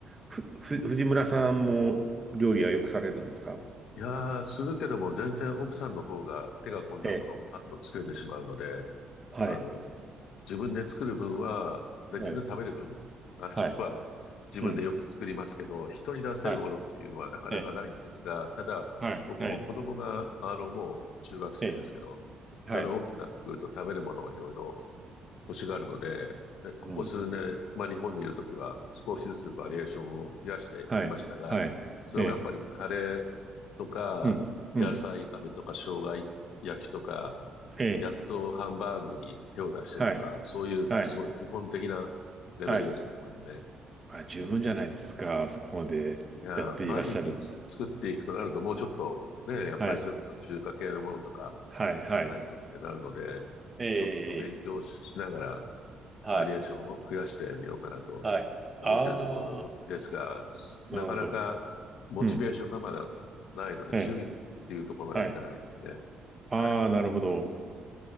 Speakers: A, on the right; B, on the left.
A: ふ、ふ、藤村さんも料理はよくされるんですか
B: いやー、するけども全然奥さんの方が手が込んだものをパッと作れてしまうので、
A: ええ。はい。
B: あの、自分で作る分は、で自分で食べる分、
A: はい。
B: あの、
A: はい。
B: は、自分でよく作りますけど、
A: うん。
B: 人に出せるほどっていうのはなかなかないんですが、
A: はい。ええ。
B: ただ、
A: はい。
B: 僕も子供が、
A: はい。
B: あの、もう中学生ですけど、
A: ええ。はい。
B: だんだん大きくなってくると食べるものをいろいろ欲しがるので、えここ数年、
A: うん。
B: まあ日本にいるときは少しずつバリエーションを増やしてきましたが、
A: はい。はい。
B: それもやっぱりカレーとか、
A: ええ。うん。うん。
B: 野菜炒めとか、生姜焼きとか、
A: ええ。
B: やっとハンバーグに手を出してとか、
A: はい。
B: そういうすごい基本的なレベルですね、
A: はい。はい。
B: まだね。
A: まあ、十分じゃないですか。
B: うん。い
A: そこまでやっていらっしゃるんだら。
B: や、毎日つ作っていくとなると、もうちょっとね、やっぱりそれこそ中華系のものとか
A: はい。はい、はい。
B: ないとってなるので、
A: え
B: ちょっと勉強し、
A: え、ええ
B: しながら
A: はい、
B: バリエーションを増やしてみようかなと思っているところですが、
A: はい。ああ、
B: すなかなかモチベーションがまだないので、
A: なるほど。うん。ええ、
B: 趣味っていうところまでいかないですね。
A: はい。ああ、
B: はい。
A: なるほど。